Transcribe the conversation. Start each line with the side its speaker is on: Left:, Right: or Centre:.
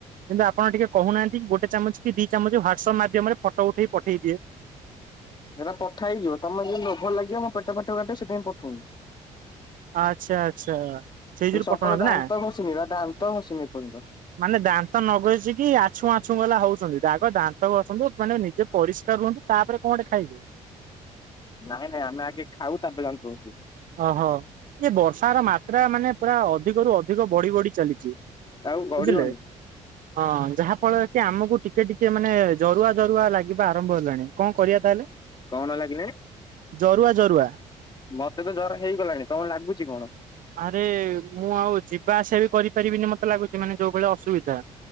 Right: କିନ୍ତୁ ଆପଣ ଟିକେ କହୁନାହାନ୍ତି କି ଗୋଟେ ଚାମଚ୍ କି ଦି ଚାମଚ ହ୍ଵାଟସଅପ୍ ମାଧ୍ୟମରେ ଫଟ ଉଠେଇକି ପଠେଇଦିଏ।
Left: ହେରା ପଠା ହେଇଯିବ ତମେ ଯଦି ଲୋଭ ଲାଗିବ ମୋ ପେଟ ଫେଟ କାଟିବ ସେଥିପାଇଁ ପଠଉନି।
Right: ଆ ଆଚ୍ଛା ଆଚ୍ଛା। ସେଇ
Left: ରେ
Right: ଯୋଗୁ
Left: ସକାଳୁ
Right: ପଠଉନାହାନ୍ତି
Left: ଦାନ୍ତ
Right: ନା।
Left: ଘଷିନି ବା ଦାନ୍ତ ଘଷିନି ଏପର୍ଯ୍ୟନ୍ତ।
Right: ମାନେ ଦାନ୍ତ ନଘସିକି କି ଆଛୁଁ ଆଛୁଁ ଗଲା ହଉଚନ୍ତି ଦାଗ ଦାନ୍ତ ଘସନ୍ତୁ ମାନେ ନିଜେ ପରିଷ୍କାର ରୁହନ୍ତୁ ତାପରେ କଣ ଗଟେ ଖାଇବେ।
Left: ନାଇଁ ନାଇଁ ଆମେ ଆଗେ ଖାଉ ତାପରେ ଦାନ୍ତ ଘସୁ।
Right: ଓହୋ। ଏ ବର୍ଷାର ମାତ୍ରା ମାନେ ପୁରା ଅଧିକରୁୁ ଅଧିକ ବଢି଼ ବଢି଼ ଚାଲିଚି।
Left: ଆଉ ଗଡିବନି
Right: ବୁଝିଲେ? ହଁ ଯାହା ଫଳରେ କି ଆମକୁ ଟିକେ ଟିକେ ମାନେ ଜରୁଆ ଜରୁଆ ଲାଗିବା ଆରମ୍ଭ ହେଲାଣି କଁ କରିବା ତାହେଲେ?
Left: କଣ ଲାଗିଲାଣି?
Right: ଜରୁଆ ଜରୁଆ।
Left: ମତେ ତ ଜର ହେଇଗଲାଣି। ତମ ଲାଗୁଚି କଣ?
Right: ଆରେ ମୁଁ ଆଉ ଯିବା ଆସିବା ବି କରିପାରିବିନି ମତେ ଲାଗୁଛି ମାନେ ଯୋଉ ଭଳିଆ ଅସୁବିଧା।